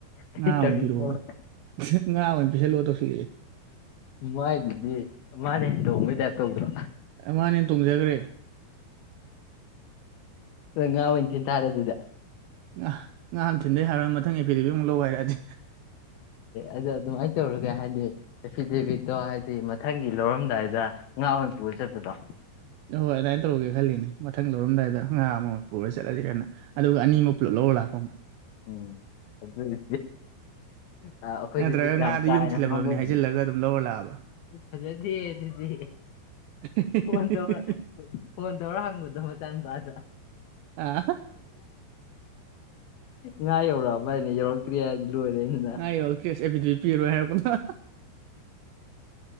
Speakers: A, on the left; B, on the right.
A: ꯀꯩ
B: ꯉꯥ ꯑꯣꯏ
A: ꯇꯧꯔꯤꯅꯣ
B: ꯄꯤꯔꯛꯑꯣꯌꯦ ꯉꯥ ꯑꯣꯏꯅ ꯄꯤꯁꯜꯂꯛꯑꯣ ꯇꯧꯁꯤꯜꯂꯛ ꯑꯦ
A: ꯃꯥꯏꯗꯨꯗꯤ ꯃꯥꯅ ꯍꯦꯟ ꯇꯣꯡꯕꯩ ꯇꯥꯏꯞ ꯇꯧꯗ꯭ꯔꯣ
B: ꯃꯥꯅ ꯍꯦꯟꯅ ꯇꯣꯡꯖꯒꯔꯦ
A: ꯉꯥ ꯑꯣꯏꯅ ꯊꯤꯟ ꯇꯥꯔꯦ ꯑꯗꯨꯗꯤ
B: ꯉꯥ ꯑꯣꯢꯅ ꯊꯤꯟꯗ ꯌꯥꯔꯥꯔꯣꯏ ꯃꯊꯪ ꯑꯦꯐꯤꯗꯦꯕꯤꯠꯃꯨꯛ ꯂꯧ ꯍꯥꯏꯔꯛꯑꯗꯤ
A: ꯑꯗꯨ ꯑꯗꯨꯃꯥꯏꯅ ꯇꯧꯔꯒꯦ ꯍꯥꯏꯗꯤ ꯑꯦꯐꯤꯗꯦꯕꯤꯠꯇꯣ ꯍꯥꯏꯗꯤ ꯃꯊꯪꯒꯤ ꯂꯧꯔꯝꯗꯥꯏꯗ ꯉꯥ ꯑꯣꯏꯅ ꯄꯨꯔ ꯆꯠꯄꯗꯣ
B: ꯑꯍꯣꯏ ꯑꯗꯥꯏꯅ ꯇꯧꯔꯒꯦ ꯈꯜꯂꯤꯅꯦ ꯃꯊꯪ ꯂꯧꯔꯝꯗꯥꯏꯗ ꯉꯥ ꯑꯃ ꯑꯣꯏ ꯄꯨꯔ ꯆꯠꯂꯁꯤ ꯀꯥꯏꯅ ꯑꯗꯨꯒ ꯑꯅꯤꯃꯛ ꯄꯨꯂꯞ ꯂꯧꯔ ꯂꯥꯛꯄ ꯑꯃꯨꯛ
A: ꯎꯝ ꯑꯗꯨꯅꯦ ꯑ ꯑꯈꯣꯏꯗꯖꯨ
B: ꯅꯠꯇ꯭ꯔꯒ
A: ꯀꯌꯥꯝ
B: ꯉꯥꯗꯨ
A: ꯀꯥꯥ
B: ꯌꯨꯝ
A: ꯍꯦꯟꯅ
B: ꯊꯤꯜꯂꯝꯃꯕꯅꯤ
A: ꯉꯥꯎꯒꯟꯗꯦ
B: ꯍꯥꯏꯖꯤꯜꯂꯒ ꯑꯗꯨꯝ ꯂꯧꯔ ꯂꯥꯛꯑꯕ
A: ꯐꯖꯗꯦ ꯑꯗꯨꯗꯤ
B: <unintelligible>
A: ꯐꯣꯟ ꯇꯧꯔ ꯐꯣꯟ ꯇꯧꯔ ꯍꯪꯕꯗꯣ ꯃꯆꯥ ꯅꯨꯨꯄꯥꯗ
B: ꯑꯥ
A: ꯉꯥ ꯌꯧꯔꯛꯑꯕꯥꯅꯦ ꯌꯧꯔꯛꯇ꯭ꯔꯤ ꯍꯥꯏ ꯂꯣꯏꯔꯦ ꯑꯩꯅ
B: ꯉꯥ ꯌꯧꯔꯛꯇ꯭ꯔꯤ ꯑꯁ ꯑꯦꯐꯤꯗꯦꯕꯤꯠ ꯄꯤꯔꯔꯣꯏ ꯍꯥꯏꯔꯛꯄꯗꯣ